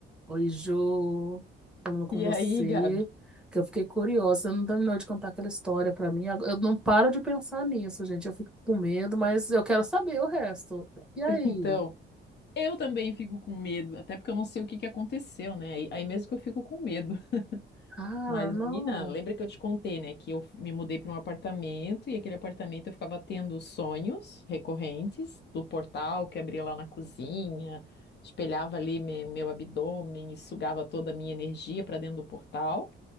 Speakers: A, in the centre; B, on the left.
A: Oi, Jô, falando com
B: E
A: você,
B: aí, Gabi?
A: que eu fiquei curiosa, você não terminou de contar aquela história pra mim, Ag- eu não paro de pensar nisso, gente, eu fico com medo, mas eu quero saber o resto. E aí?
B: <laughs> Então, eu também fico com medo, até porque eu não sei o que que aconteceu, né? Aí, aí mesmo que eu fico com medo. <laughs>
A: Cara,
B: Mas,
A: não.
B: menina, lembra que eu te contei, né? Que eu me mudei para um apartamento e aquele apartamento eu ficava tendo sonhos recorrentes do portal que abria lá na cozinha, espelhava ali me- meu abdômen e sugava toda a minha energia para dentro do portal.